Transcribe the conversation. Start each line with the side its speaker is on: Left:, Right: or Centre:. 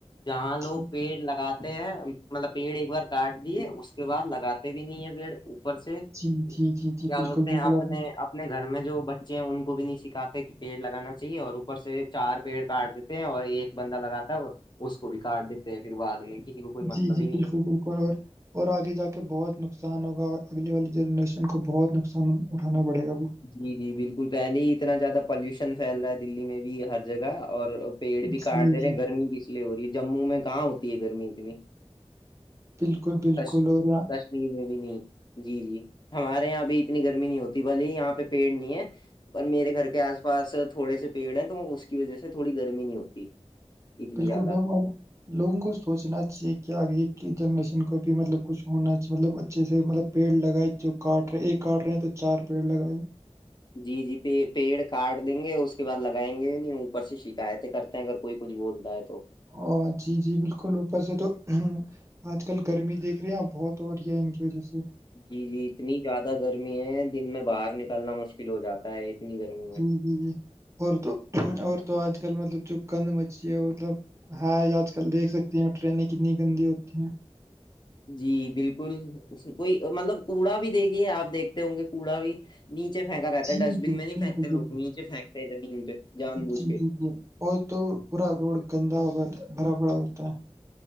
Left: جہاں
Right: جی
Left: لوگ پیڑ لگاتے ہیں مطلب پیڑ ایک بار کاٹ دیے اس کے بعد لگاتے بھی نہیں ہے پیڑ اوپر سے
Right: جی جی جی
Left: کیا
Right: جی بالکل
Left: بولتے
Right: بالکل
Left: ہیں اپنے
Right: آپ
Left: اپنے گھر میں جو بچے ہیں ان کو بھی نہیں سکھاتے کہ پیڑ لگانا چاہیے اور اوپر سے چار پیڑ کاٹ دیتے ہیں اور ایک بندہ لگاتا ہے اور اس کو بھی کاٹ دیتے ہیں پھر بعد میں کسی کو کوئی مطلب
Right: جی جی
Left: ہی نہیں
Right: بالکل
Left: ہے
Right: بالکل اور اور آگے جا کے بہت نقصان ہوگا اگلے والی جنریشن کو بہت نقصان اٹھانا پڑے گا
Left: جی جی بالکل پہلے ہی اتنا زیادہ پالوشن پھیل رہا ہے دللی میں بھی ہر جگہ اور پیڑ بھی
Right: جی
Left: کاٹ دے رہے
Right: جی
Left: ہیں گرمی کس لیے ہو رہی ہے جموں میں کہاں ہوتی ہے گرمی اتنی
Right: بالکل بالکل
Left: کش
Right: اور
Left: کشمیر میں بھی نہیں جی جی ہمارے یہاں بھی اتنی گرمی نہیں ہوتی بھلی یہاں پہ پیڑ نہیں ہے اور میرے گھر کے آس پاس تھوڑے سے پیڑ ہیں تو اس کی وجہ سے تھوڑی گرمی نہیں ہوتی اتنی
Right: بالکل
Left: زیادہ
Right: بم لوگوں کو سوچنا چاہیے کہ آگے کی جنریشن کو بھی مطلب کچھ ہونا چیے مطلب اچھے سے مطلب پیڑ لگائے جو کاٹ رہے ایک کاٹ رہے ہیں تو چار پیڑ لگائے
Left: جی جی پیڑ کاٹ دیں گے اس کے بعد لگائیں گے بھی نہیں اوپر سے شکایتیں کر اگر کوئی کچھ بولتا ہے تو
Right: ا جی جی بالکل اوپر سے تو آج کل گرمی دھ رہے ہیں آپ بہت ہو رہی ہے ان کی وجہ سے
Left: جی جی اتنی زیادہ گرمی ہے دن میں باہر نکلنا مشکل ہو جاتا ہے اتنی گرمی میں
Right: جی جی جی اور تو اور تو آج کل مطلب جو گند مچلی ہے مطلب ہاں آج کل دیکھ سکتے ہیں ٹرینیں کتنی گندی ہوتی ہیں
Left: جی بالکل کوئی مطلب کوڑا بھی دیکھیے آپ دیکھتے ہوں گے کوڑا بھی نیچے پھینکا رہتا
Right: جی
Left: ہے ڈسٹ بین
Right: بال-
Left: میں نہیں
Right: بالکل
Left: پھینکتے لوگ
Right: بالکل
Left: نیچے پھینکتے ہیں زمین پہ جان بوجھ
Right: جی
Left: کے
Right: جی جی اور تو پورا روڈ گندا ہو بھرا بھرا ہوتا ہے